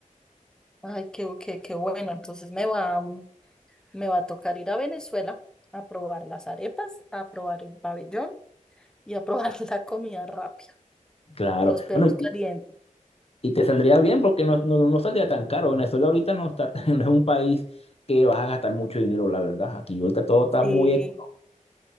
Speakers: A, in the centre; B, on the left (about 45°).
A: Ay, qué, qué, qué bueno. Entonces me va, mm, me va a tocar ir a Venezuela a probar las arepas, a probar el pabellón y a probar <laughs> la comida rápida,
B: Claro.
A: los perros
B: Bueno,
A: calientes.
B: Y te saldría bien porque no, no, no saldría tan caro. Venezuela ahorita no está, <laughs> no es un país que vas a gastar mucho dinero, la verdad. Aquí ahorita todo está
A: Sí.
B: muy... eco-